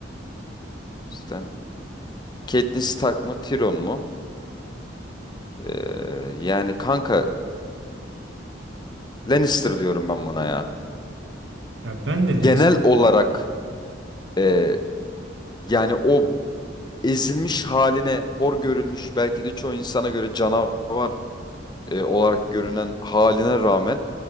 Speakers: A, on the left; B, on the right.
A: burada. Catelyn Stark mı, Tyrion mu? Ee, yani kanka Lannister diyorum ben buna ya.
B: Ya ben de
A: Genel
B: Lannister
A: olarak
B: diyorum.
A: e, yani o ezilmiş haline, hor görülmüş belki de çoğu insana göre canavar e, olarak görünen haline rağmen